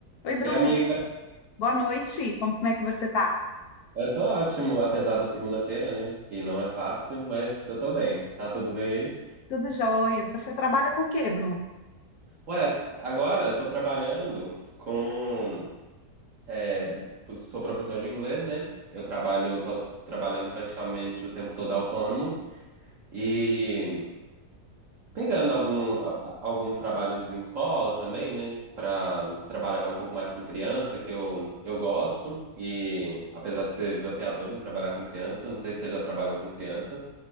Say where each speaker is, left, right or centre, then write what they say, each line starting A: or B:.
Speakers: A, on the left; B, on the right.
A: Oi, Bruno.
B: Ei, amiga,
A: Boa noite. Como, como é que você tá?
B: eu tô ótimo, apesar da segunda-feira, né? Que não é fácil, mas eu tô bem. Tá tudo bem aí?
A: Tudo jóia. Você trabalha com o quê, Bruno?
B: Ué, agora eu tô trabalhando com. é, sou professor de inglês, né? Eu trabalho, tô trabalhando praticamente o tempo todo autônomo e pegando algum, a- a- alguns trabalhos em escola também, né? Pra trabalhar um pouco mais com criança, que eu, eu gosto. E apesar de ser desafiador, né? Trabalhar com criança, não sei se você já trabalhou com criança.